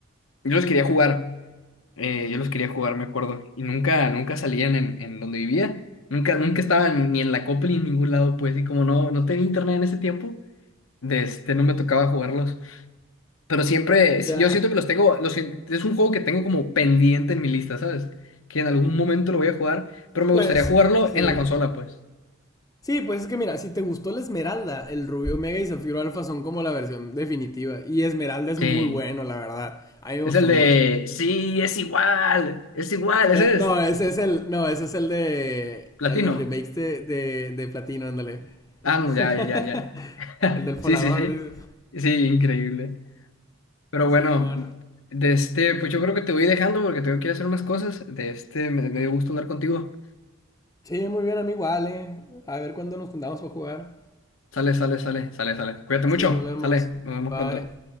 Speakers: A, on the left (about 75°); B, on the left (about 15°).
A: Yo los quería jugar, eh, yo los quería jugar, me acuerdo, y nunca, nunca salían en, en donde vivía, nunca, nunca estaban ni en la copla ni en ningún lado, pues, y como no, no tenía internet en ese tiempo, de este, no me tocaba jugarlos, pero siempre, sí,
B: Ya,
A: yo siento que los tengo, los, sien- es un juego que tengo como pendiente en mi lista, ¿sabes? Que en algún momento lo voy a jugar, pero me
B: pues,
A: gustaría jugarlo
B: sí.
A: en la consola, pues.
B: Sí, pues es que mira, si te gustó la Esmeralda, el Rubio Mega y Zafiro Alfa son como la versión definitiva. Y Esmeralda es
A: Sí,
B: muy bueno, la verdad. A mí me
A: es
B: gustó
A: el de,
B: mucho.
A: sí, es igual, es igual,
B: Eh,
A: ese es,
B: no, ese es el, no, ese es el de
A: platino.
B: el, los remakes de, de, de Platino, ándale.
A: Ah, no, ya,
B: <laughs>
A: ya, ya, ya. <laughs>
B: El del Folagor,
A: Sí, sí, sí.
B: dices.
A: Sí, increíble. Pero bueno,
B: Sí, bueno.
A: de este, pues yo creo que te voy dejando porque tengo que ir a hacer unas cosas. De este, me, me dio gusto hablar contigo.
B: Sí, muy bien, amigo, vale. A ver cuándo nos juntamos para jugar.
A: Sale, sale, sale, sale, sale. Cuídate mucho.
B: Sí, nos vemos.
A: Sale, nos vemos
B: Bye.
A: pronto.